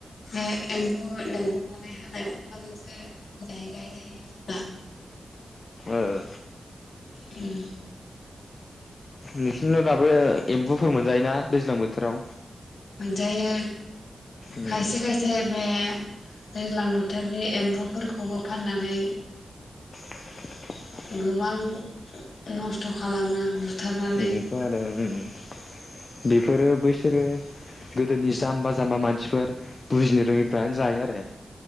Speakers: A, on the left; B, on the left.
A: एम्फु लेंहरनानै हानाय अखाजोंसो मोजाङै गायनोहायो जोंना
B: ओ <inaudible>
A: उम
B: नोंसिनाव दाबो एम्फुफोर मोनजायोना दैज्लां बोथोराव
A: मोनजायो
B: उम
A: खायसे खायसे बे दैज्लां बोथोरनि एम्बौफोरखौबो फाननानै
B: <inaudible>
A: गोबां नस्थ' खालामो बुथारनानै
B: उम उम दं आरो उम उम बेफोरो बैसोरो गोदोनि जाम्बा जाम्बा मानसिफोर बुजिनो रोङिफ्रानो जायो आरो